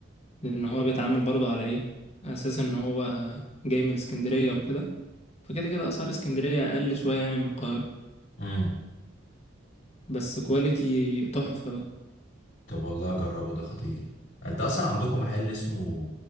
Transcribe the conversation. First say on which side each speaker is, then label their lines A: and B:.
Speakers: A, on the left; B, on the left.
A: لان هو بيتعامل برضو على ايه اساس ان هو جاي من اسكندرية وكده فكده كده اسعار اسكندرية اقل شوية يعني من القاهرة
B: امم
A: بس كواليتي تحفة بقى
B: طب والله أجربه ده خطير أنت أصلا عندكم محل اسمه